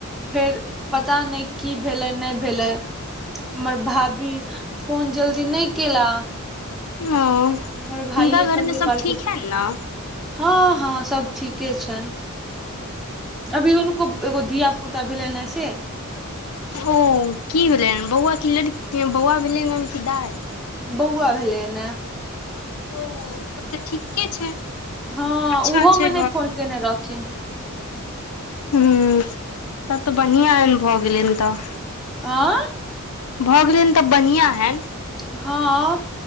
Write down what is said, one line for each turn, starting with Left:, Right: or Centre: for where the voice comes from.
Centre: फेर पता नहि की भेलै नहि भेलै हमर भाभी फोन जल्दी नहि केला
Left: अह
Centre: हमर भाइये
Left: हुनका घरमे
Centre: कहियो
Left: सब
Centre: कालके
Left: ठीक हनि न
Centre: हँ हँ सब ठीके छैन अभी हुनको एगो धिया पुता भेलैन है से
Left: ओ की भेलै बौआ क लड़की बौआ भेलै हन कि दाइ
Centre: बौआ भेलै नए
Left: ओ तब तऽ ठीके छै
Centre: हँ
Left: अच्छा
Centre: उहो
Left: छै
Centre: मे नहि फोन केने रहथिन
Left: ह तब तऽ बनिआँ भऽ गेलैन तऽ
Centre: आऑ
Left: भऽ गेलेन तऽ बनिया हैन
Centre: हँ